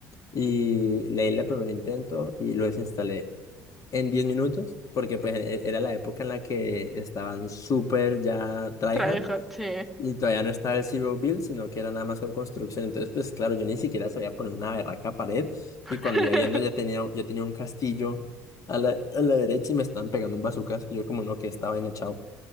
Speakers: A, on the left; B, in the centre.
A: Y leí el primer intento y lo desinstalé en 10 minutos, porque pues e- e, era la época en la que estaban súper ya tryhard.
B: Trabajo, sí.
A: Y todavía no estaba el Zero Build, sino que era nada más con construcción. Entonces, pues claro, yo ni siquiera sabía poner una berraca pared.
B: <laughs>
A: Y cuando iba viendo, ya tenía, yo tenía un castillo a la, a la derecha y me estaban pegando un bazucazo. Y yo, como no, que estaba en chao.